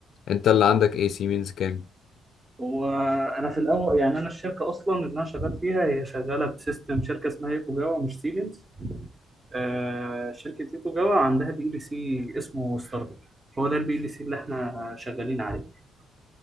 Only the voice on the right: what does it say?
هو انا في الاول يعني انا الشركه اصلا اللي انا شغال فيها هي شغاله بسيستم شركه اسمها يوكو جاوا مش سيمنز آه، شركه يوكو جاوا عندها بي ال سي اسمه ستاردم هو ده البي ال سي اللي احنا شغالين عليه